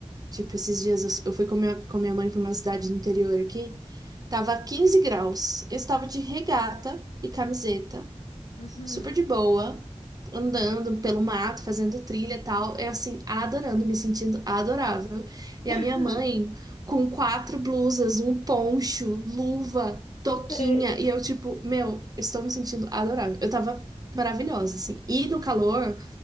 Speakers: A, on the right; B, on the left.
A: tipo, esses dias eu eu fui com minha, com minha mãe pra uma cidade do interior aqui, tava 15 graus. Eu estava de regata e camiseta
B: uhum.
A: super de boa, andando pelo mato, fazendo trilha e tal. É assim, adorando, me sentindo adorável. E
B: <laughs>
A: a minha mãe com quatro blusas, um poncho, luva, toquinha.
B: Sei.
A: E eu, tipo, meu, estou me sentindo adorável. Eu tava maravilhosa, assim. E no calor,